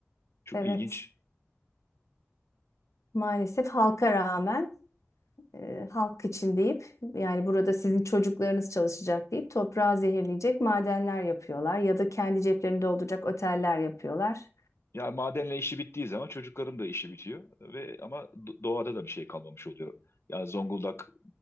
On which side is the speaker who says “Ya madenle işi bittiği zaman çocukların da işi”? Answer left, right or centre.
Left